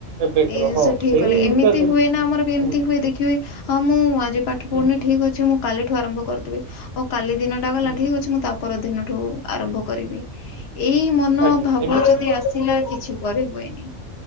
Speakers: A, on the right (about 80°); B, on the left (about 60°).
A: ଏବେ
B: ଏଇ
A: କର
B: ଜିନିଷ
A: ହଁ।
B: ଠିକ
A: ସେଇଟା
B: ଏମିତି
A: ଯ-
B: ହୁଏ ନା ଆମର ଏମତି
A: ହୁଁ
B: ହୁଏ ଦେଖିବେ ହଁ ମୁଁ ଆଜି ପାଠ
A: ହୁଁ
B: ପଢୁନି ଠିକ ଅଛି ମୁ କାଲିଠୁ ଆରମ୍ଭ କରିଦବି ଆଉ କାଲି ଦିନ ଟା ଗଲା
A: ହୁଁ
B: ଠିକ ଅଛିଁ ତା ପର ଦିନ ଠୁ ଆରମ୍ଭ କରିବି ଏଇ ମନ
A: ଆଜ୍ଞା
B: ଭାବ
A: ଏମିତି
B: ଯଦି ଆସିଲା କିଛି କରିବଏନି